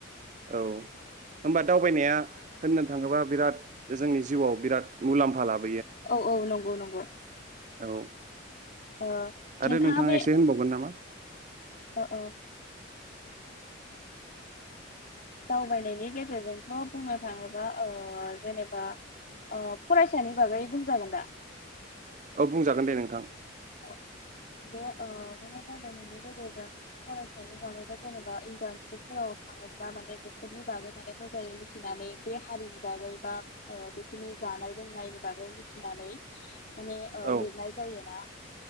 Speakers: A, on the right; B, on the left.
A: औ होनबा दावबायनाया होननो थाङोबा बिराद जोंनि जिउआव बिराद मुलाम्फा लाबो
B: औ औ नंगौ नंगौ।
A: औ।
B: अ
A: आरो
B: नोंथांहा
A: नोंथाङा
B: बे
A: एसे <unintelligible>
B: अ अ। दावबायनायनि गेजेरजोंथ' बुंनो थाङोबा अ जेनेबा अ फरायसानि बागै बुंजागोन दा
A: औ बुंजागोन दे नोंथां।
B: औ बे माने दावबायनायनि गेजेरजों फरायसानि बागै बा जेनेबा इन्टार्नसिटफोराव थाङोब्ला माने बेफोरनि बागै माने मोजाङै मिथिनानै बे हारिनि बागै बा ओ बिसोरनि जानाय लोंनायनि बागै मिथिनानै माने ओ
A: औ
B: लिरनाय जायोना